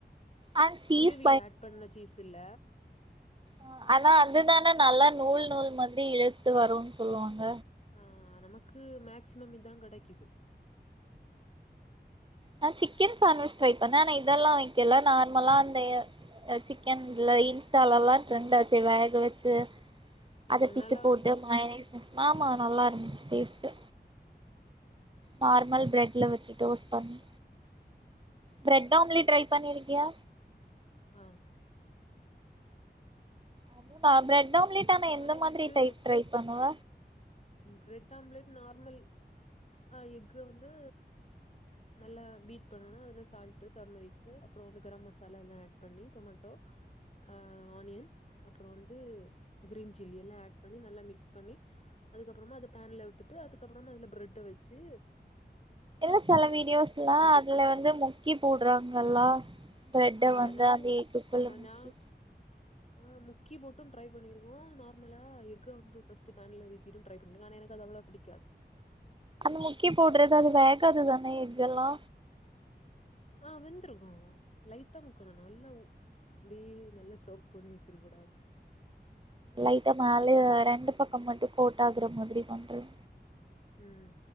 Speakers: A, on the right; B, on the left.
A: அண்ட் சீஸ்
B: துருவி ஆட் பண்ண சீஸ் இல்ல
A: அ ஆனா அதுதான நல்லா நூல் நூல் மாத் ரி இழுத்து வரூன் சொல்லுவாங்க
B: ஆ நமக்கு மேக்சிமம் இதா கெடைக்கிது
A: ந சிக்கன் சாண்ட்விச் ட்ரை பண்ணே ஆனா இதெல்லா வைக்கல நார்மலா அந்த அ சிக்கன்ல இன்ஸ்டால்லா ட்ரெண்ட்டாச்சே வேக வெச் சு
B: ம்
A: அத பிச்சு
B: நல்லா
A: போட்டு
B: வந்துதா
A: மயனீஸு ஆமா நல்லாருந்துச்சு டேஸ்ட்டு நார்மல் ப்ரெட்ல வச்சி டோஸ் பண்ணி பிரெட் ஆம்ப்லேட் ட்ரை பண்ணிருக்கியா
B: அ
A: அதுவு நா ப்ரெட் ஆம்லேட் எந்த
B: ஆனா
A: மாதிரி
B: எனக்கு
A: டைப் ட்ரை பண்ணுவ
B: ப்ரெட் ஆம்லெட் நார்மல் அ எக்க வந்து நல்லா பீட் பண்ணனு அதுல சால்ட் டர்மரிக்கு அப்றொ வந்து கரம் மசாலா எல்லா ஆட் பண்ணி டொமேட்டோ ஆ ஆனியன் அப்பறொ வந்து க்ரீன் சில்லி எல்லா ஆட் பண்ணி நல்லா மிக்ஸ் பண்ணி அதுக்கப்றமா அத பேன்ல விட்டுட்டு அதுக்கப்றமா அதுல ப்ரெட்ட வச்சி
A: ல்ல செல வீடியோஸ்லா அதுல
B: கெச்சப்
A: வந்து முக்கி போட்றாங்கல்லா ப்ளட்ட
B: ஆ
A: வந்து
B: நாங்க
A: அந்த இதுக்குள்ள
B: ஆமா
A: முக்கி
B: நான் ஆ முக்கி போட்டு ட்ரை பண்ணிருவோ நார்மலா எக்க வந்து ஃபஸ்ட்டு பேன்ல வேத்திட்டு ட்ரை பண்ணுங்க ஆனா எனக்கு அது அவ்ளவா பிடிக்காது
A: அந்த முக்கி போட்றது அது வேகாது தான எக்கெல்லா
B: ஆ வெந்த்ருக்கு லைட்டா முக்கணு நல்லா இப்டி நல்லா சோக் பண்ணி வச்சிருக் கூடாது
A: லைட்டா மோல ரெண்டு பக்கம் மட்டும் கோட்டு ஆகுற மாதிரி பண்றது
B: உம்